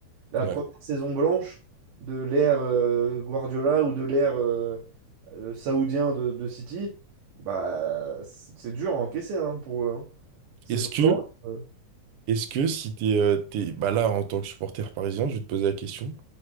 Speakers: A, on the right; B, on the right.
A: La
B: Ouais.
A: première saison blanche de l'ère euh, Guardiola ou de l'ère euh, euh, saoudien de, de City, bah, c'est c'est dur à encaisser hein, pour eux. hein. Saison
B: Est-ce que,
A: blanche. euh,
B: est-ce que si t'es, euh, t'es- bah là, en tant que supporter parisien, je vais te poser la question.